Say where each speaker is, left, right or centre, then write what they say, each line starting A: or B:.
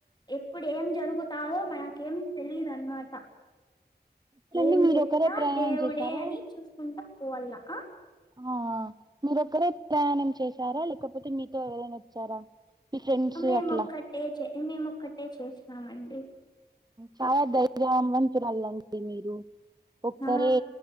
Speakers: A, on the left (about 25°); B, on the right (about 25°).
A: ఎప్పుడు ఏం జరుగుతాదో మనకేం తెలిదు అన్నమాట
B: ఎట్లండి
A: ఏం
B: మీరు
A: జరిగినా
B: ఒకరే ప్రయాణం
A: దేవుడే
B: చేశారా
A: అని చూసుకుంటా పోవల్ల అ
B: ఆ మీరొక్కరే ప్రయాణం చేసారా లేకపోతే మీతో ఎవరైనా వచ్చారా మీ ఫ్రెండ్స్
A: మేం
B: అట్లా
A: ఒక్కటే చె మేము ఒక్కటే చేసినాం అండి
B: చాలా ధైర్యవంతురాళ్లు అండి మీరు ఒక్కరే
A: ఆ